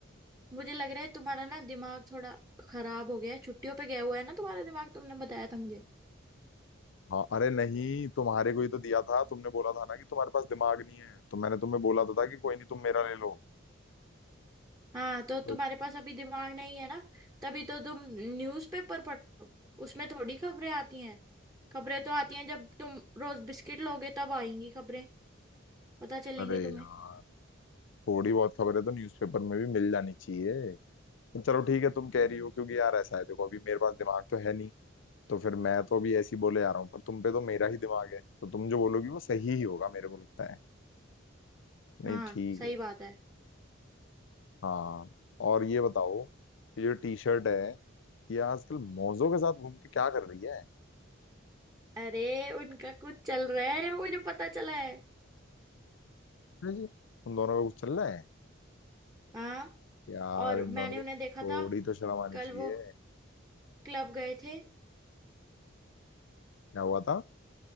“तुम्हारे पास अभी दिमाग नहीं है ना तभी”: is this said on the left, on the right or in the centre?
Right